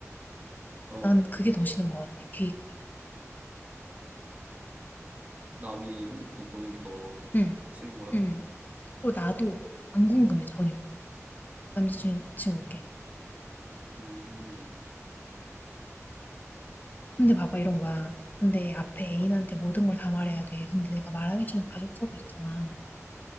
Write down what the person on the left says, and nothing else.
난 그게 더 싫은 것 같아, 뒤에 게.
응,
응. 그리고 나도 안 궁금해, 전혀. 남자친구께.
근데 봐봐, 이런 거야. 근데 앞에 애인한테 모든 걸 다 말해야 돼. 근데 내가 말하기 싫은 가족사도 있잖아.